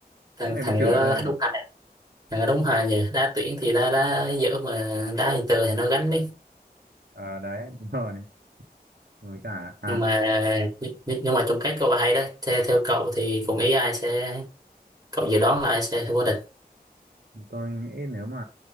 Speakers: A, on the right; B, on the right.
A: thằng
B: cứ ngày
A: thằng
B: bị chửi
A: đó
B: thôi
A: đúng hài thằng đó đúng hài nhờ đá tuyển thì đá đá dở mà đá Inter thì nó gánh
B: ờ đấy <laughs> đúng rồi với cả à
A: nhưng mà nh- nh- nhưng mà trong các câu hay đó theo, theo cậu thì cùng ý ai sẽ cậu dự đoán là ai sẽ vô địch
B: tôi nghĩ nếu mà